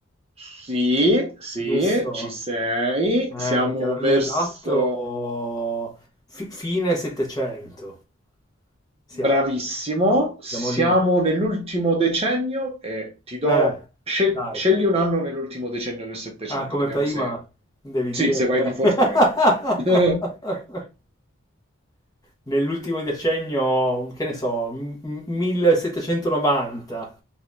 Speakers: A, on the right; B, on the left.
A: Sì, sì,
B: giusto?
A: ci sei.
B: Eh,
A: Siamo
B: mica l'anno
A: verso...
B: esatto, fi- fine 700 siamo,
A: Bravissimo. Siamo
B: siamo lì.
A: nell'ultimo decennio e ti do...
B: Eh,
A: scel-
B: dai.
A: Scegli un anno nell'ultimo decennio del 700,
B: Ah, come
A: vediamo
B: prima
A: se...
B: devi
A: Sì,
B: dire
A: se vai
B: se...
A: di fortuna.
B: <laughs>
A: <laughs>
B: nell'ultimo decennio, che ne so, m- m- 1790,